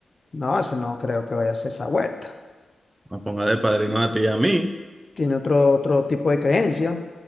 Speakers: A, on the left; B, on the right.
A: No, ese no creo que vaya a hacer esa vuelta.
B: Nos ponga de padrino a ti y a mí.
A: Tiene otro, otro tipo de creencia,